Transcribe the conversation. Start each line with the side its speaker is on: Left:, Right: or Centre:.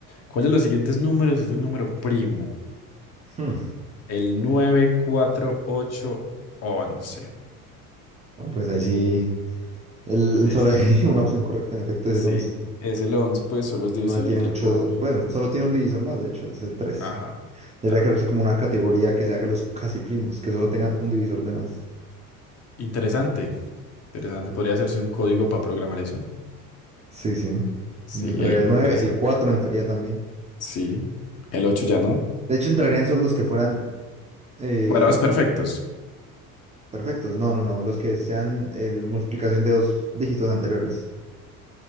Left: ¿cuál de los siguientes números es un número primo?
Right: Hmm.
Left: El 9, 4, 8, 11.
Right: No, pues ahí sí. El,
Left: Es-
Right: solo hay <laughs> una opción correcta, en efecto, es
Left: sí,
Right: el once
Left: es el 11, pues solo es divisible
Right: El 9 tiene mucho,
Left: por...
Right: bueno, solo tiene un divisor más, de hecho, es el tres
Left: Ajá.
Right: Debería
Left: ajá.
Right: crearse como una categoría que sea que los casi primos, que solo tengan un divisor de más.
Left: Interesante. Interesante. ¿Podría hacerse un código para programar eso?
Right: Sí, sí.
Left: Sí,
Right: Entraría
Left: ey,
Right: el nueve
Left: interesante.
Right: el 4 entraría también.
Left: Sí. El 8 ya no.
Right: De hecho, entrarían solo los que fueran eh,
Left: Cuadrados perfectos.
Right: perfectos. No, no, no, los que sean el, multiplicación de dos dígitos anteriores.